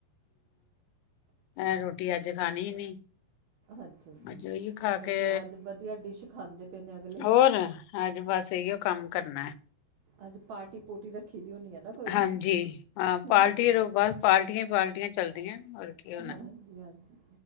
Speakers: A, on the left (about 85°); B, on the right (about 65°).
A: ਮੈਂ ਰੋਟੀ ਅੱਜ ਖਾਣੀ ਹੀ ਨੀ।
B: ਅੱਛਾ ਜੀ
A: ਅੱਜ ਉਹੀ ਖਾ
B: ਵਧੀਆ
A: ਕੇ
B: ਅੱਜ ਵਧੀਆ ਡਿਸ਼ ਖਾਂਦੇ। ਪਏ ਨੇ ਅਗਲੇ
A: ਹੋਰ ਅੱਜ ਬਸ ਇਓ ਕੰਮ ਕਰਨਾ।
B: ਅੱਜ ਪਾਰਟੀ ਪੂਟੀ ਰੱਖੀ। ਦੀ ਹੋਣੀ ਹੈ ਨਾ ਕੋਈ
A: ਹਾਂਜੀ ਹਾਂ ਪਾਰਟੀ
B: ਅੱਛਾ
A: ਤੋਂ ਬਾਅਦ ਪਾਰਟੀਆਂ ਹੀ ਪਾਰਟੀਆਂ ਚੱਲਦੀਆਂ ਕੀ ਹੋਣਾ
B: ਹਾਂ ਹਾਂਜੀ ਹਾਂਜੀ